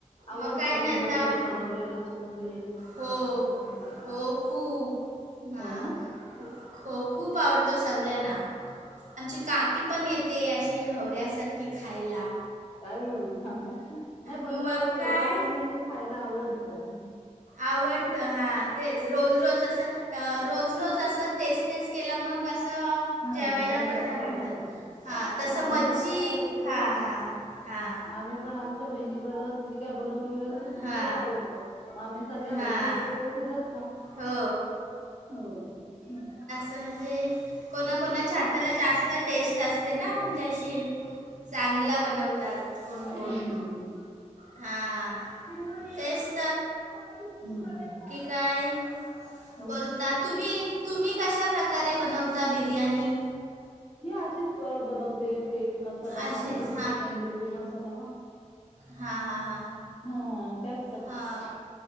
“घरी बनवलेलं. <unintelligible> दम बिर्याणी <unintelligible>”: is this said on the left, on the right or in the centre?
Left